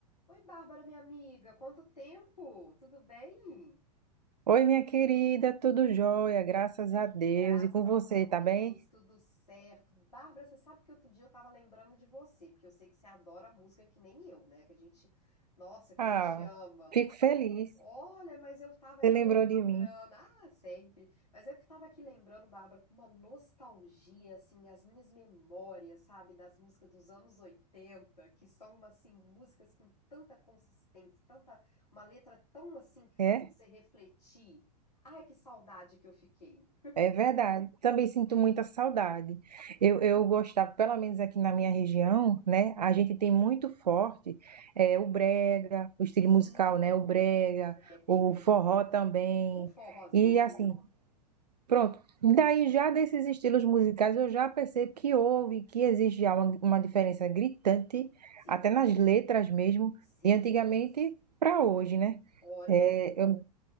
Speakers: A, on the left; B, on the right.
A: Oi, Bárbara, minha amiga, quanto tempo? Tudo bem?
B: Oi, minha querida, tudo jóia, graças a Deus.
A: Graças
B: E com você,
A: a
B: tá
A: Deus,
B: bem?
A: tudo certo. Bárbara, você sabe que outro dia eu tava lembrando de você, porque eu sei que você adora música que nem eu, né? Que a gente, nossa, que
B: Ah,
A: a gente ama.
B: fico feliz.
A: Olha, mas eu tava aqui
B: Você lembrou
A: lembrando,
B: de mim,
A: ah, sempre, mas eu que tava aqui lembrando, Bárbara, com uma nostalgia, assim, as minhas memórias, sabe, das músicas dos anos 80, que são, assim, músicas com tanta consistência, tanta, uma letra tão, assim, que faz
B: é?
A: você refletir. Ai, que saudade que eu fiquei.
B: É verdade. Também sinto muita saudade. Eu, eu gostava, pelo menos aqui na minha região, né? A gente tem muito forte é, o brega, o estilo
A: Sim,
B: musical, né? O brega,
A: é, tem
B: o
A: mesmo.
B: forró também.
A: Um forrozinho,
B: E assim, Pronto. Daí, já desses estilos musicais, eu já percebo que houve, que existe já uma, uma diferença gritante,
A: sim,
B: até nas letras mesmo,
A: sim,
B: de antigamente
A: demais.
B: para hoje, né?
A: Olha,
B: É, Eu,